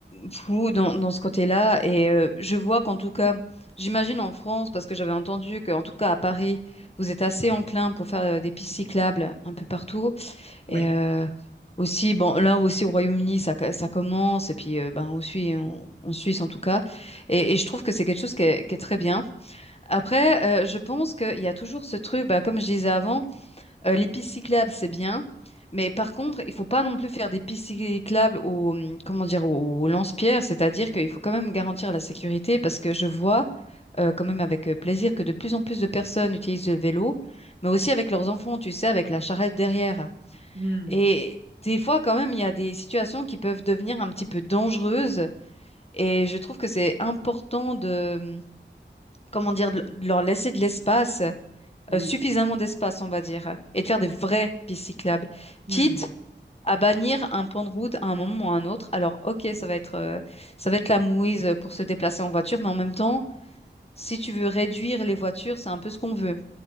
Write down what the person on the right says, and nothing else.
ouais,
hmm,
oui,
hmm,